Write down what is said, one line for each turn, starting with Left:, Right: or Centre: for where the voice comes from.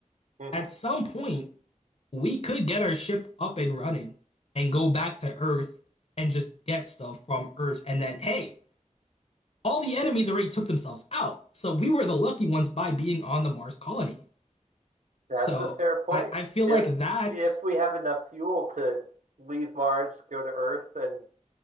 Right: hmm
Left: At some point, we could get our ship up and running and go back to Earth and just get stuff from Earth and then hey, all the enemies already took themselves out. So we were the lucky ones by being on the Mars colony.
Right: That's
Left: So
Right: a fair point.
Left: I, I feel like
Right: If
Left: that's
Right: if we have enough fuel to leave Mars, go to Earth, and